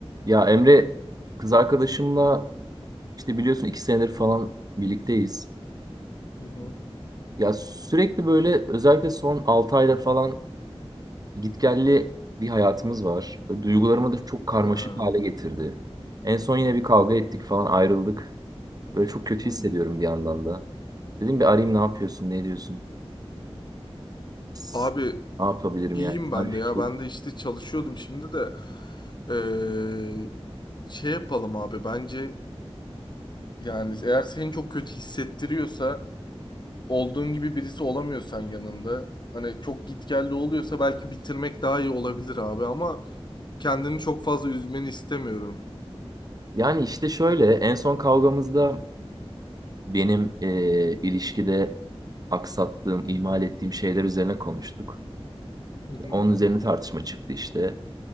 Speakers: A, on the right; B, on the left.
A: Ya Emre kız arkadaşımla işte biliyorsun iki senedir falan birlikteyiz.
B: Hı hı.
A: Ya sürekli böyle özellikle son 6 ayda falan gitgelli bir hayatımız var. Böyle Duygularımı da çok karmaşık
B: Ha,
A: hale getirdi. En son yine bir kavga ettik falan ayrıldık. Böyle çok kötü
B: hı.
A: hissediyorum bir yandan da. Dedim bir arayayım ne yapıyorsun ne ediyorsun? Psst,
B: Abi
A: ne yapabilirim
B: iyiyim
A: yani sana
B: ben
A: bir fikir.
B: de ya. Ben de işte çalışıyordum şimdi de. Ee, şey yapalım abi bence yani eğer seni çok kötü hissettiriyorsa olduğun gibi birisi olamıyorsan yanında hani çok gitgelli oluyorsa belki bitirmek daha iyi olabilir abi ama kendini çok fazla üzmeni istemiyorum.
A: Yani işte şöyle en son kavgamızda benim eee, ilişkide aksattığım, ihmal
B: Hı hı.
A: ettiğim şeyler üzerine konuştuk.
B: Hı
A: Onun
B: hı.
A: üzerine tartışma çıktı işte.